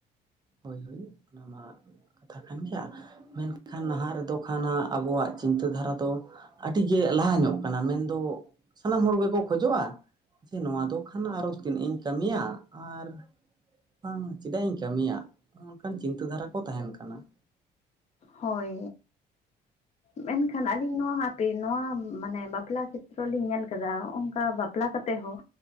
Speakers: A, on the right (about 25°); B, on the left (about 40°).
A: ᱦᱳᱭ ᱦᱳᱭ ᱚᱱᱟ ᱢᱟ ᱠᱟᱛᱷᱟ ᱠᱟᱱ ᱜᱮᱭᱟ ᱾ ᱢᱮᱱᱠᱷᱟᱱ ᱱᱟᱦᱟᱸᱜ ᱨᱮᱫᱚ ᱠᱷᱟᱱ ᱦᱟᱸᱜ ᱟᱵᱚᱣᱟᱜ ᱪᱤᱱᱛᱟᱹ ᱫᱷᱟᱨᱟ ᱫᱚ ᱟᱹᱰᱤᱜᱮ ᱞᱟᱦᱟ ᱧᱚᱜ ᱠᱟᱱᱟ ᱢᱮᱱᱫᱚ ᱥᱟᱱᱟᱢ ᱦᱚᱲ ᱜᱮᱠᱚ ᱠᱷᱚᱡᱚᱜ-ᱟ ᱾ ᱡᱮ ᱱᱚᱣᱟ ᱫᱚ ᱠᱷᱟᱱ ᱟᱨᱚ ᱛᱤᱱᱟᱹᱜ ᱤᱧ ᱠᱟᱹᱢᱤᱭᱟ ᱟᱨ, ᱵᱟᱝ ᱪᱮᱫᱟᱜ ᱤᱧ ᱠᱟᱹᱢᱤᱭᱟ, ᱚᱱᱠᱟᱱ ᱪᱤᱱᱛᱟᱹ ᱫᱷᱟᱨᱟ ᱠᱚ ᱛᱟᱦᱮᱸᱱ ᱠᱟᱱᱟ ᱾
B: ᱦᱳᱭ᱾ ᱢᱮᱱᱠᱷᱟᱱ ᱟᱹᱞᱤᱧ ᱱᱚᱣᱟ ᱦᱟᱯᱮ ᱱᱚᱣᱟ ᱢᱟᱱᱮ ᱵᱟᱯᱞᱟ ᱠᱷᱮᱛᱛᱨᱚ ᱞᱤᱧ ᱧᱮᱞ ᱟᱠᱟᱫᱟ ᱚᱱᱠᱟ ᱵᱟᱯᱞᱟ ᱠᱟᱛᱮᱜ ᱦᱚᱸ